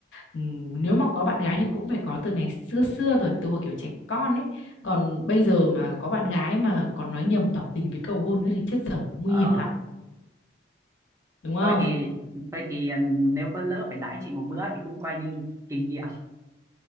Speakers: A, on the left; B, on the right.
A: Ừm, nếu mà có bạn gái thì cũng phải có từ ngày xưa xưa rồi từ hồi kiểu trẻ con ấy còn bây giờ mà có bạn gái mà còn nói nhầm tỏ tình với cầu hôn nữa thì chết dở nguy
B: ờ,
A: hiểm lắm đúng không
B: thôi thì thôi thì ừ, nếu có lỡ phải đãi chị một bữa thì cũng coi như kinh nghiệm